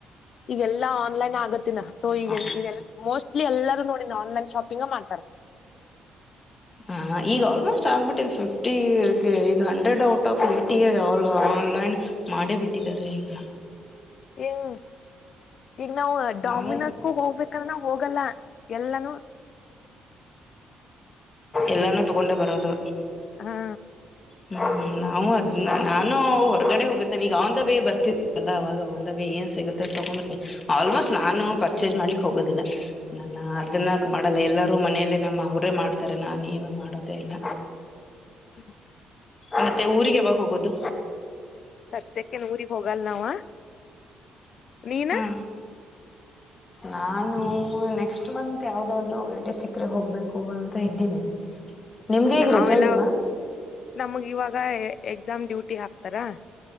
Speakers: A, on the left (about 60°); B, on the left (about 30°).
A: ಈಗೆಲ್ಲಾ ಆನ್ಲೈನ್ ಆಗತ್ತಿನ ಸೊ ಈ
B: ಹ
A: ಮೋಸ್ಟ್ಲಿ ಎಲ್ಲ ನೋಡಿ ನವು ಆನ್ಲೈನ್ ಶಾಪಿಂಗ ಮಾಡ್ತಾರೆ
B: ಹ ಈಗ ಆಲ್ಮೋಸ್ಟ್ ಆಗ್ಬಿಟ್ಟಿದೆ ಫಿಫ್ಟಿ ಈಗ hundred out of eighty online ಮಾಡೇ ಬಿಟ್ಟಿದ್ದಾರೆ ಈಗ
A: ಹ ಈಗ ನಾವವು ಡಾಮಿನೋಸ್ಗೂ
B: ನಾವು
A: ಹೋಗ್ಬೇಕ್ರ ನಾವ್ ಹೋಗಲ್ಲ ಎಲ್ಲನೂ <inaudible>
B: ಎಲ್ಲಾನೂ ತಗೊಂಡೆ ಬರೋದು.
A: ಹಾ
B: ಹ್ಮ ನಾವು ಅದ್ ನಾನು ಹೊರಗಡೆ ಹೋಗಿರ್ತೇನೆ ಈಗ ಅವಂದ <unintelligible> ವೇ ಬರ್ತಲ್ಲ ಅವಾಗ ಅವಂದ <unintelligible> ವ ಏನ್ ಸಿಗುತ್ತ ತಗೊ ಆಲ್ಮೋಸ್ಟ್ ನಾನು ಪರ್ಚೇಸ್ ಮಾಡ್ಲಿಕ್ಕೆ ಹೋಗೋುದಿಲ್ಲ ನಾನ ಅದನ್ನ ಮಾಡಲ್ಲ ಎಲ್ಲ- ಅವರು ಮನೆಯಲ್ಲೇ ನಮ್ಮ ಅವರೇ ಮಾಡ್ತಾರೆ ನಾನು ಏನು ಮಾಡೋುದೇ ಇಲ್ಲ.
A: ಹ್ಮ್
B: ಮತ್ತೆ ಊರಿಗೆ ಯಾವಾಗ ಹೋಗೋದು
A: ಸತ್ಯಕ್ಕೆ ಊಗ್ <unintelligible> ಹೋಗಲ್ ನಾವ ನೀನ
B: ಹಾ ನಾನು ನೆಕ್ಸ್ಟ್ ಮಂತ್ ಯಾವ್ದಾದ ಒಟ ಸಕ್ಕ್ರ ಹೋಗ್ಬೇಕು ಅಂತ ಇದ್ದೀನಿ. ನಿಮ್ಗೆ
A: ನಾವೆಲ್ಲ
B: ಈಗ ರಜಾ ಇಲ್ವಾ
A: ನಮಗ ಇವಾಗ ಆಗ ಎಕ್ಸಾಮ್ ಡ್ಯೂಟಿ ಹಾಕ್ತಾರಾ.